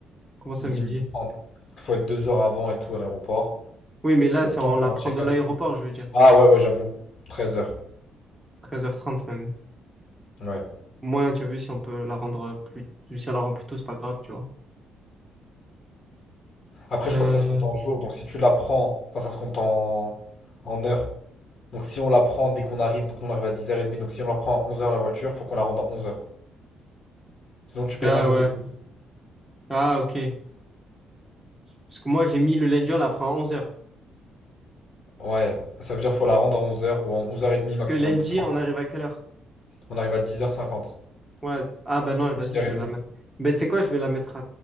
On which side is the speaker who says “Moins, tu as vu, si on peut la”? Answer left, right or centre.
Centre